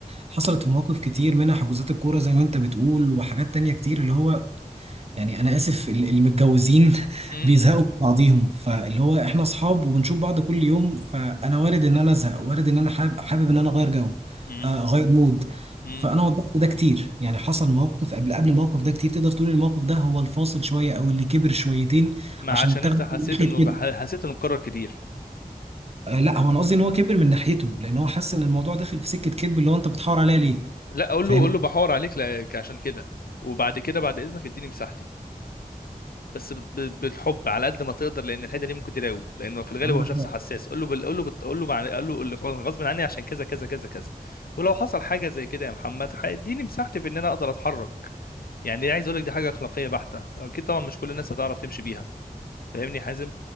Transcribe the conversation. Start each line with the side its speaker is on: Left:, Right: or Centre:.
Right: حصلت في مواقف كتير منها حجوزات الكورة زي ما انت بتقول وحاجات تانية كتير اللي هو يعني انا اسف ال- المتجوزين <laughs>
Left: م-
Right: بيزهقوا من بعضيهم فاللي هو احنا اصحاب وبنشوف بعض كل يوم فانا وارد ان انا ازهق وارد ان انا حابب, حابب ان انا اغير جو
Left: م-
Right: آه، اغير مود
Left: مم.
Right: فانا وضحت ده كتير يعني حصل مواقف قبل قبل الموقف ده كتير تقدر تقول إن الموقف ده هو الفاصل شويه او اللي كبر شويتين
Left: ما
Right: عشان
Left: عشان
Right: اتاخد
Left: انت حسيت
Right: من ناحيه
Left: انه
Right: كده
Left: ح- حسيت انه اتكرر كتير
Right: آه، لا هو انا قصدي ان هو كبر من ناحيته لان هو حس ان الموضوع داخل في سكه كذب اللي هو انت بتحاور عليا ليه
Left: لا اقول
Right: فاهم
Left: له اقول له بحور عليك لك عشان كده وبعد كده بعد اذنك اديني مساحتي بس بت- ب- بالحب على قد ما تقدر لان الحته دي ممكن تضايقه لانه في الغالب
Right: عندك
Left: هو شخص
Right: حق
Left: حساس قول له بال- قول له بت- قول له مع- قول له اللي غ- غصب عني عشان كذا كذا كذا كذا ولو حصل حاجه زي كده يا محمد هيديني مساحتي في ان انا اقدر اتحرك يعني عايز اقول لك دي حاجه اخلاقيه بحته اكيد طبعا مش كل الناس هتعرف تمشي بيها فاهمني يا حازم